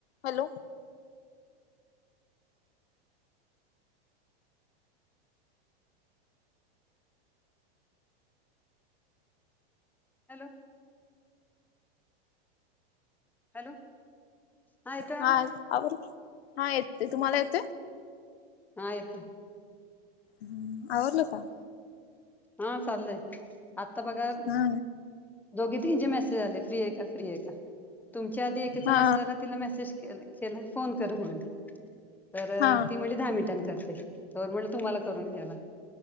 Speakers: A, on the left; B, in the centre.
A: Hello.
B: Hello. Hello ह येतो आवाज?
A: हा आवर हा येते तुम्हाला येते
B: हा येतोय.
A: हम्म आवरलं का?
B: हा चाललंय आता बघा
A: हा
B: दोघे तीने मेसेज आले फ्री ए का फ्री आहे का तुमच्या आधी एकका
A: हा
B: मेसेज आला तिला मेसेज के केला फोन करू म्हणून तर
A: हा
B: ती म्हणजे दहा मिनिटां करते तर म्हलं तुम्हाला करून घ्यावा